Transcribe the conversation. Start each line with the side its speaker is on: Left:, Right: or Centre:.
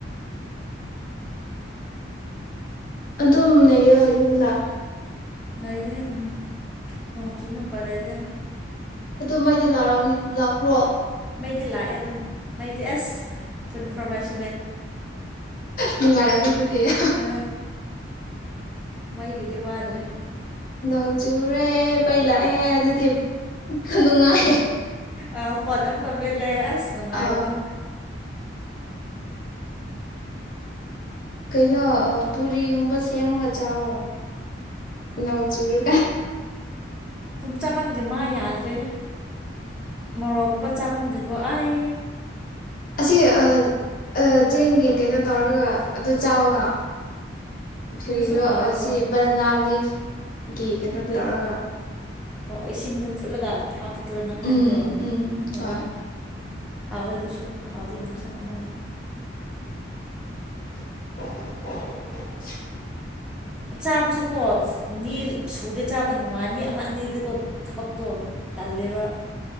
Left: ꯑꯗꯨꯝ ꯂꯩꯒꯤꯔꯣ ꯌꯨꯝꯗ꯫
Centre: ꯂꯩꯒꯅꯦ ꯎꯝ ꯅꯣꯡ ꯆꯨꯅ ꯄꯔꯦꯗꯦ꯫
Left: ꯑꯗꯨ ꯃꯩꯗꯤ ꯂꯛꯑꯝꯅꯤ ꯂꯥꯛꯄ꯭ꯔꯣ꯫
Centre: ꯃꯩꯗꯤ ꯂꯥꯛꯑꯦ ꯑꯗꯨꯝ ꯃꯩꯗꯤ ꯑꯁ ꯇꯨꯜꯇꯤꯐꯣꯔ ꯕꯥꯏꯁ꯫
Left: ꯅꯨꯪꯉꯥꯏꯔꯝꯅꯤ ꯗꯨꯗꯤ ꯫
Centre: ꯑ ꯃꯩꯒꯤꯗꯤ ꯋꯥꯗ꯭ꯔꯦ꯫
Left: ꯅꯣꯡ ꯆꯨꯔꯨꯔꯦ ꯃꯩꯂꯛꯑꯦ ꯑꯗꯨꯗꯤ꯫ ꯅꯨꯡꯉꯥꯏ
Centre: ꯑ ꯐꯣꯟ ꯑꯃꯨꯛꯀ ꯃꯂꯦ ꯑꯁ ꯅꯨꯡꯉꯥꯏꯕꯗꯣ꯫
Left: ꯑ ꯀꯩꯅꯣ ꯄꯨꯔꯤꯒꯨꯝꯕ ꯁꯦꯝꯃꯒ ꯆꯥꯑꯣ꯫ ꯅꯣꯡ ꯆꯨꯏ꯫
Centre: ꯆꯥꯃꯟꯃꯩ ꯃꯥꯏ ꯌꯥꯗ꯭ꯔꯦ꯫ ꯃꯨꯔꯣꯛ ꯀꯨꯝꯕ ꯆꯥ ꯃꯟꯕꯩ꯫ ꯥꯏ꯫
Left: ꯑꯁꯤ ꯑ
Centre: ꯈꯪꯒꯅꯤ
Left: ꯆꯦꯡꯒꯤ ꯑ ꯀꯩꯅꯣ꯫ ꯇꯧꯔꯒ ꯑꯗꯨ ꯆꯥꯎꯅ꯫ ꯀꯔꯤꯔꯣ
Centre: ꯑꯗꯨꯁꯨ ꯍꯥꯎꯋꯤꯀꯣ
Left: ꯑꯁꯤ ꯕꯅꯅꯥ ꯂꯤꯐꯀꯤ ꯀꯩꯅꯣꯗ ꯇꯧ꯫
Centre: ꯑꯣ-ꯑꯣ ꯏꯁꯤꯡꯗ ꯐꯨꯠꯂꯒ꯫ ꯍꯞꯄ ꯇꯨꯔꯅ ꯍꯥꯏꯕꯗꯣ
Left: ꯎꯝ ꯎꯝ
Centre: ꯑꯣ
Left: ꯍꯣꯏ
Centre: ꯍꯥꯎꯋꯦ ꯑꯗꯨꯁꯨ꯫ ꯍꯥꯎꯕꯒꯤ ꯃꯈꯜ ꯑꯃꯅꯤꯅꯦ꯫
Left: <inaudible>
Centre: ꯆꯥꯕꯁꯨꯀꯣ ꯃꯤ ꯁꯨꯔꯗꯤ ꯆꯥꯕ ꯅꯨꯡꯉꯥꯏ ꯃꯤ ꯑꯃ ꯑꯅꯤꯗꯤꯀꯣ ꯊꯕꯛꯇꯣ꯫ ꯇꯜꯂꯤꯕ